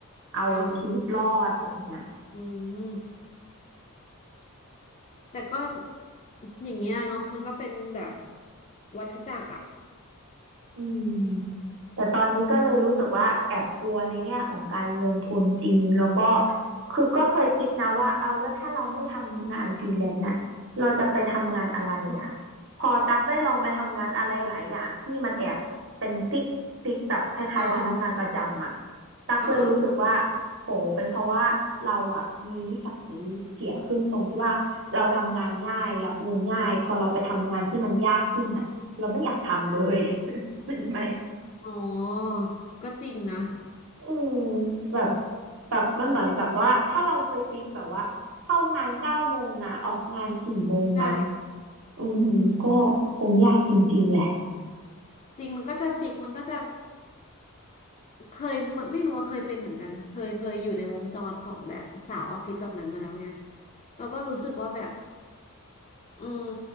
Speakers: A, on the right; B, on the left.
A: เอาชีวิตรอดแบบเนี้ย
B: อ้าวอืมแต่ก็อย่างเงี้ยเนาะมันก็เป็นแบบวัฏจักรอ่ะ
A: อืม
B: อืม
A: แต่ตอนนี้ก็เลยรู้สึกว่าแอบกลัวในแง่ของการลงทุนจริงแล้วก็คือก็เคยคิดนะว่าเอาแล้วถ้าเราไม่ทำงานฟรีแลนซ์น่ะเราจะไปทำงานอะไรอ่ะพอตักได้ลองไปทำงานอะไรหลายอย่างที่มันแอบเป็นฟิกฟิกแบบคล้ายๆพนักงานประจำอ่ะ
B: อ่า
A: ตักเลยรู้สึกว่า
B: อ่าออ
A: โหเป็นเพราะว่าเราอ่ะมีนิสัยเสียขึ้นตรงที่ว่าเราทำงานง่ายรับเงินง่ายพอเราไปทำงานที่มันยากขึ้นอ่ะเราไม่อยากทำเลย เป็นไหม
B: อ๋อก็จริงนะ
A: อืม
B: อืม
A: แบบแบบมันเหมือนกับว่า ถ้าเราไปฟิกแบบว่า เข้างานเก้าโมงนะ ออกงานสี่โมงนะ
B: ใช่
A: อืมก็คงยากจริงๆแหละ
B: จริงมันก็จะฟิกมันก็จะเคยเหมือนไม่รู้ว่าเคยเป็นเหมือนกันเคยเคยอยู่ในวงจรของแบบสาวออฟฟิศแบบนั้นมาแล้วไงแล้วก็รู้สึกว่าแบบ อืม